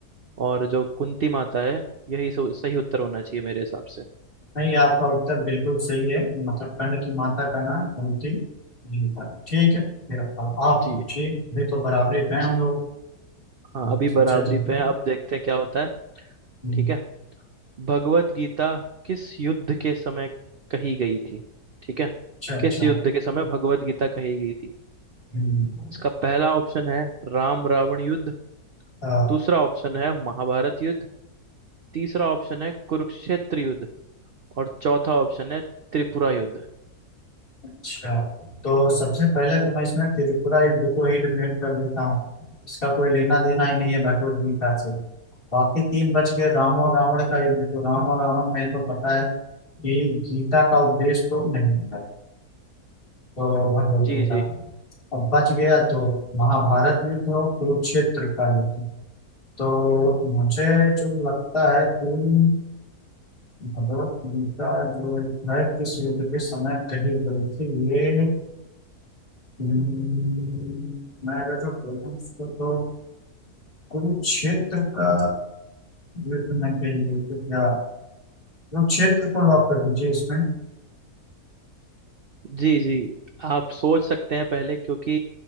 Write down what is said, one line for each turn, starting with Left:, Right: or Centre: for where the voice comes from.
Right: और जो कुंती माता है यही सो- सही उत्तर होना चाहिए मेरे हिसाब से
Left: नहीं आपका उत्तर बिल्कुल सही है कि मतलब कर्ण की माता का नाम कुंती जी था ठीक है फिर आप आप
Right: जी
Left: पूछिए अभी तो बराबरी में हैं
Right: जी
Left: हम लोग
Right: हाँ
Left: आपको
Right: अभी बराबरी
Left: सोचा ठीक है
Right: पे है अब देखते हैं क्या होता है
Left: हम्म,
Right: ठीक है भगवत गीता किस युद्ध के समय कही गई थी ठीक है
Left: अच्छा अच्छा
Right: किस युद्ध के समय भगवत गीता कही गई थी
Left: हम्म,
Right: इसका पहला ऑप्शन है राम रावण युद्ध
Left: अ,
Right: दूसरा ऑप्शन है महाभारत युद्ध तीसरा ऑप्शन है कुरुक्षेत्र युद्ध और चौथा ऑप्शन है त्रिपुरा युद्ध
Left: अच्छा तो सबसे पहले तो मैं इसमें त्रिपुरा युद्ध को ही एलिमिनेट कर देता हूँ इसका कोई लेना देना ही नहीं है भगवत गीता से बाकी तीन बच गए राम और रावण का युद्ध तो राम और रावण में तो पता है कि गीता का उपदेश तो नहीं मिला तो भगवत
Right: जी
Left: गीता
Right: जी
Left: अब बच गया तो महाभारत युद्ध और कुरुक्षेत्र का युद्ध तो मुझे जो लगता है कुल भगवत गीता जो है किस युद्ध के समय कही गई थी ये हम्म, मैं अगर जो बोलूँ उसको तो कुरुक्षेत्र का युद्ध में कही गई थी क्या कुरुक्षेत्र को लॉक कर दीजिए इसमें
Right: जी जी आप सोच सकते हैं पहले क्योंकि